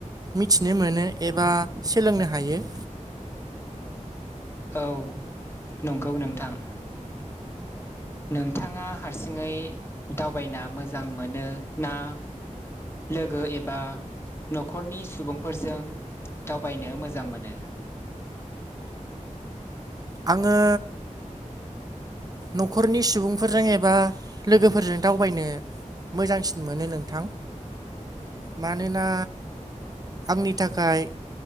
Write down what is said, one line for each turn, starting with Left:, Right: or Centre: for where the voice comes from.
Right: मिथिनो मोनो एबा सोलोंनो हायो।
Left: औ नंगौ नोंथां नोंथाङा हारसिङै दावबायना मोजां मोनो ना लोगो एबा न'खरनि सुबुंफोरजों दावबायनो मोजां मोनो?
Right: आङो न'खरनि सुबुंफोरजों एबा लोगोफोरजों दावबायनो मोजांसिन मोनो नोंथां। मानोना आंनि थाखाय